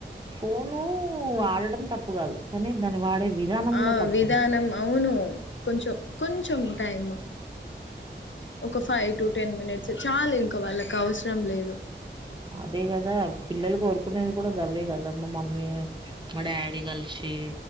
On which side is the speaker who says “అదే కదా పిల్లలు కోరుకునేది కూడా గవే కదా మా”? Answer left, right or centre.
Right